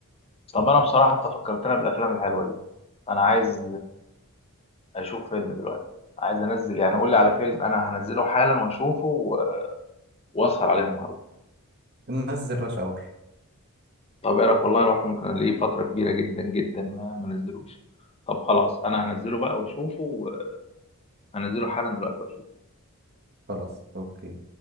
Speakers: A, on the left; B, on the right.
A: طب انا بصراحه انت فكرتنا بالافلام الحلوه دي انا عايز اشوف فيلم دلوقتي عايز انزل يعني قول لي على فيلم انا هنزله حالا واشوفه و- واسهر عليه النهارده
B: ننزل راش اور
A: طب ايه رايك والله الواحد ممكن ليه فتره كبيره جدا جدا ما ما نزلوش طب خلاص انا هنزله بقى واشوفه و- هنزله حالا دلوقتي واشوفه
B: خلاص اوكي